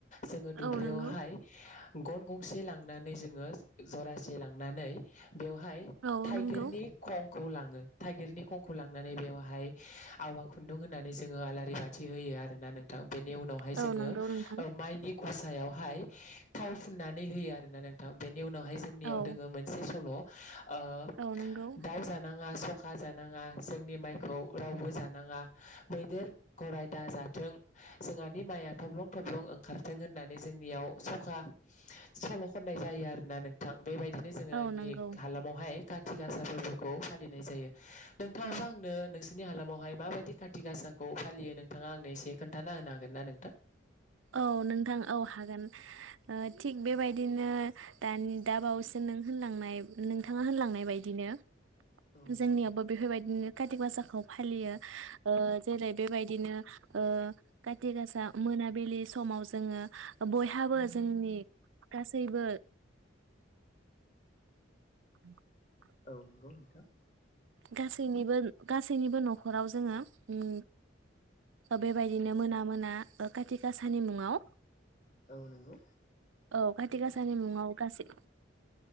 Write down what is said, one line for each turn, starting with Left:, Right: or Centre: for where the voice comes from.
Left: जोङो दुब्लियावहाय
Right: औ नंगौ
Left: गन गंसे लां नानै जोङो जरासे लांनानै, बेवहाय
Right: औ
Left: थाइगिरनि
Right: नंगौ
Left: खं, खौ लाङो। थाइगिरनि खंखौ लांनानै बेवहाय, आवा खुन्दुं होननानै जोङो आलारि बाथि, होयो आरो ना नोंथां, बेनि उनावहाय
Right: औ
Left: जोङो
Right: नंगौ नोंथां
Left: ओ माइनि गसायावहाय थाव फुननानै होयो आरो ना नों थांफिन बेनि उनावहाय जोंनियाव
Right: औ
Left: दोङो मोनसे सल' ओ
Right: औ नंगौ
Left: दाउ जा सखा जानाङा, जोंनि माइखौ रावबो जानाङा, मैदेर -गराय दााजाथों, जोंहानि माइया थब्लं थब्लं ओंखारथों होननानै जोंनियाव सखा सल खननाय जायो आरोना नोंथां। बेबायदिनो जोंहानि
Right: औ नंगौ
Left: हालामावहाय। खाथि गासा फोरबो खौ फालिनाय जायो। नोंथाङाबा
Right: औ
Left: आंनो नों नोंसोरनि हालामावहाय माबायदि खाथि गासाखौ फालियो नोंथाङा आंनो एसे खोन्थाना होनो हागोन ना नोंथां?
Right: औ नोंथां औ हागोन ओ थिग बेबायदिनो दानि दा बावैसो नों होनलांनाय नोंथाङा होनलांनाय बायदिनो
Left: औ
Right: जोंनियावबो
Left: नंगौ
Right: बेफोरबायदिनो, खाथि गासाखौ फालियो ओ- जेरै बेबायदिनो ओ- खाथि गासा मोनाबिलि मोनाबिलि समाव जोङो बयहाबो जोंनि गासैबो, <inaudible>
Left: औ नंगौ नोंथां।
Right: गासैनिबो, गासैनिबो नखराव जोङो उम बेबायदिनो मोना मोना खाति गाासानि मुङाव,
Left: औ नंगौ।
Right: औ खाथि गाासानि मुङाव गासै,